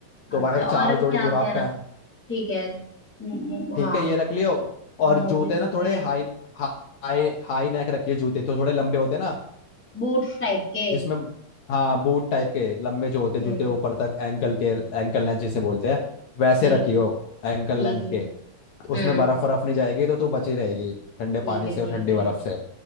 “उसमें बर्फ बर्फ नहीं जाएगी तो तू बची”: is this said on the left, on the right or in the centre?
Left